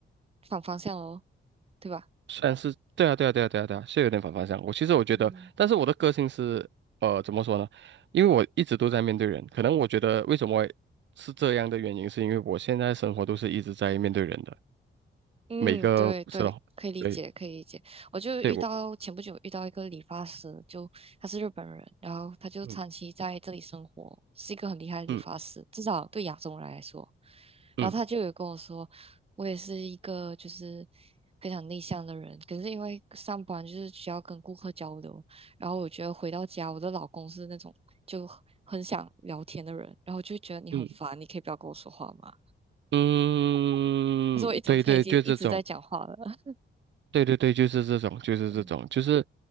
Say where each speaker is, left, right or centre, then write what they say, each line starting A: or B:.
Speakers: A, on the right; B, on the right.
A: 反方向哦，对吧？
B: 算是对啊，对啊，对啊，对啊，对啊，是有点反方向。我其实我觉得，
A: 嗯。
B: 但是我的个性是，呃，怎么说呢？因为我一直都在面对人，可能我觉得为什么会是这样的原因，是因为我现在生活都是一直在面对人的，
A: 嗯，
B: 每个是的，
A: 对对，可以理解，
B: 对，
A: 可以理解。我就遇到前不久遇到一个理发师，
B: 对我，
A: 就他是日本人，然后他就长期在这里生活，
B: 嗯
A: 是一个很厉害的理发师，
B: 嗯
A: 至少对亚洲人来说。
B: 嗯
A: 然后他就有跟我说，我也是一个就是非常内向的人，可是因为上班就是需要跟顾客交流，然后我觉得回到家，我的老公是那种就很想聊天的人，然后就觉得你很烦，
B: 嗯
A: 你可以不要跟我说话吗？
B: 嗯，
A: 他说我一整天已经一直在讲话了。
B: 对对，就这种，对对对，就是这种，就是这种，
A: <laughs>
B: 就是